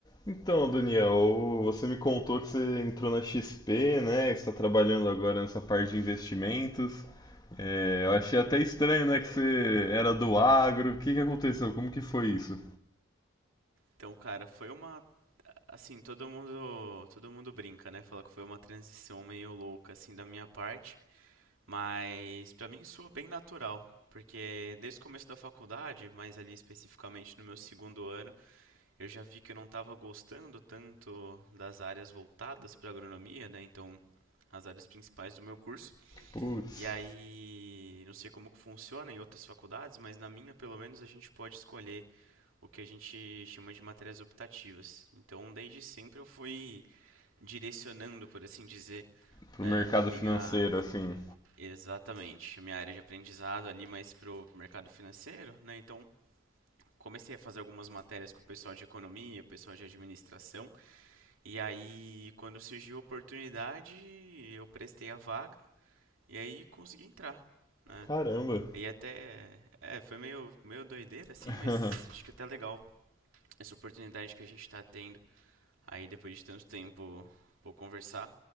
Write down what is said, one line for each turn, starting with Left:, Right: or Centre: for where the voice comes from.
Left: Então, Daniel, você me contou que você entrou na XP, né? que Você está trabalhando agora nessa parte de investimentos. É, eu achei até estranho, né, que você era do agro. O que que aconteceu? Como que foi isso?
Right: Então, cara, foi uma. Assim, todo mundo, todo mundo brinca, né? Fala que foi uma transição meio louca, assim, da minha parte. Mas pra mim soa bem natural. Porque desde o começo da faculdade, mas ali especificamente no meu segundo ano, eu já vi que eu não estava gostando tanto das áreas voltadas para agronomia, né? Então, as áreas principais do meu curso.
Left: Putz,
Right: E aí, não sei como que funciona em outras faculdades, mas na minha, pelo menos, a gente pode escolher o que a gente chama de matérias optativas. Então, desde sempre eu fui direcionando, por assim dizer,
Left: pro
Right: né,
Left: mercado
Right: a minha
Left: financeiro, assim.
Right: exatamente, a minha área de aprendizado ali mais pro mercado financeiro, né? Então, comecei a fazer algumas matérias com o pessoal de economia, pessoal de administração, e aí quando surgiu a oportunidade, eu prestei a vaga e aí consegui entrar, né?
Left: Caramba.
Right: E até é, foi meio meio doideira assim,
Left: <laughs>
Right: mas acho que é até legal essa oportunidade que a gente está tendo aí depois de tanto tempo por conversar,